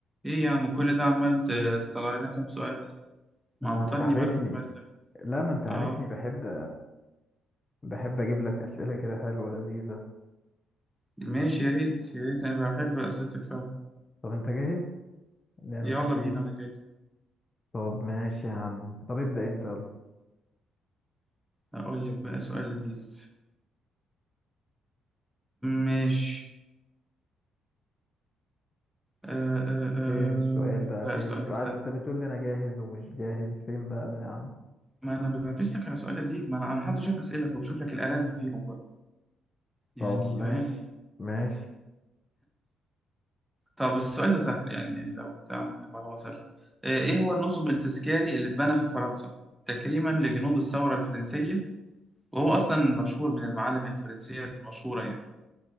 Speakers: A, in the centre; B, on the left.
A: ايه يا عم كل ده عمال ت- تطلع لنا كام سؤال معطلني
B: ما انت عارفني
A: بالك بس
B: لا ما انت عارفني
A: اه
B: بحب بحب اجيب لك اسئله كده حلوه لذيذه
A: ماشي يا ريت يا ريت انا بحب اسئلتك فعلا
B: طب انت جاهز نعمل
A: يلا
B: كويز
A: بينا انا جاي
B: طب ماشي يا عم طب ابدا انت يلا
A: اقول لك بقى سؤال لذيذ ماشي آه آه آه.
B: فين السؤال بقى
A: لا
B: فين
A: السؤال
B: مش
A: ده
B: قعدت
A: سهل ده
B: بتقول لي انا جاهز ومش جاهز فين بقى ده يا عم
A: ما انا بلبس لك على سؤال لذيذ ما انا انا محضر شويه اسئله فبشوف لك الالذ فيهم بقى يعني
B: طب ماشي
A: فاهم
B: ماشي
A: طب السؤال ده سهل يعني لو انت عندك المعلومه سهل آه ايه هو النصب التذكاري اللي اتبنى في فرنسا تكريما لجنود الثوره الفرنسيه وهو أصلا مشهور من المعالم الفرنسية المشهورة يعني